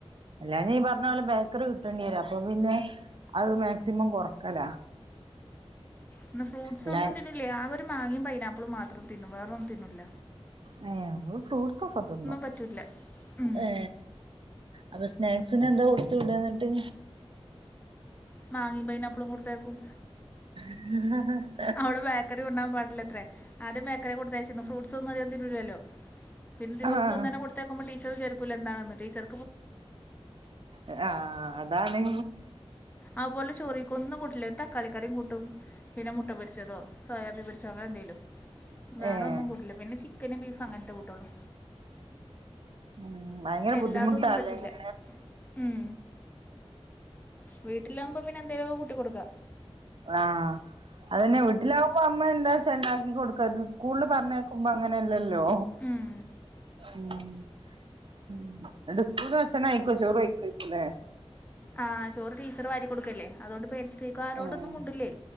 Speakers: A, on the right (about 55°); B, on the left (about 15°).
A: അല്ലാഞ്ഞ ഈ പറഞ്ഞ പോലെ ബേക്കറി കി. ട്ടണിരാ അപ്പൊ പിന്നെ അത് മാക്സിമം കൊറക്കല.
B: എന്നാ ഫ്രൂട്ട്സ്
A: അല്ല
B: ഒന്നും തിന്നൂില്ല ആ ഒരു മാങ്ങിയയും പൈനാപ്പിളും മാത്രം തിന്നും വേറെ ഒന്നും തിന്നൂല്ല.
A: ഏ നമ്മള് ഫ്രൂട്ട്സൊക്കെ തിന്നു.
B: പറ്റൂല്ല ഉം
A: ഏ അപ്പൊ സ്നാക്സിന് എന്താ കൊടുത്ത വിടന്നിട്ട്.
B: മാങ്ങിയും പയിന അപ്പളും കൊടുത്തേക്കും.
A: <unintelligible>
B: അവിടെ ബേക്കറി കൊണ്ടാൻ പാടില്ല എത്രേ. ആദ്യം ബേക്കറെ കൊടുത്തയച്ചിരുന്നു ഫ്രൂട്ടസ് ഒന്നും അതികം തിന്നുല്ലലോ പിന്നെ ദിവവും
A: ആഹ്
B: ഒന്നന്നേ കൊടു. തെക്കുമ്പോ ടീച്ചർ വിചാരിക്കുല്ലേ എന്താണന്ന് ടീച്ചർ.
A: ആ അതാണ്.
B: ആപലെ ചോറി. ഒന്നും കൂട്ടില്ല ഒരു തക്കാളി കറിയും കൂട്ടും പിന്നെ മുട്ട പൊരിച്ചതോ സോയാബി പൊരിച്ചോ അങ്ങനെ എന്തേലും. വേറെ
A: ഏഹ്
B: ഒന്നും കൂട്ടില്ല പിന്നെ ചിക്കന ബീഫും അങ്ങനത്തെ കൂട്ടുള്ളൂ.
A: ഉ ഭയങ്കര
B: എല്ലാതൊന്നും
A: ബുദ്ധിമുട്ടാല്ലേ
B: പറ്റില്ല
A: ന്.
B: ഉം വീട്ടിൽ വകുമ്പോ പിന്നെ എന്തേലുമക്കെ കൂട്ടി കൊടുക്കാ.
A: ആഹ അതന്നെ വീട്ടിലാകുമ്പോ അമ്മ എന്താ ച ഉണ്ടാക്കി കൊടുക്ക ഇത് സ്കൂളിൽ പറഞ്ഞേക്കുമ്പോ. അങ്ങനെയല്ലല്ലോ.
B: ഉം
A: ഉം ഉം എന്നിട്ട് സ്കൂളന് ഭക്ഷണ കയിക്കോ ചോറ കയ്ക്കോക്കലെ.
B: ആഹ ചോറ് ടീച്ചറ് വാരി കൊടുക്കല്ലേ അതുകൊണ്ട് പേടിച്ചട്ടീക്കും ആരോടൊന്നും
A: ആഹ്
B: മൂണ്ടല്ലേ.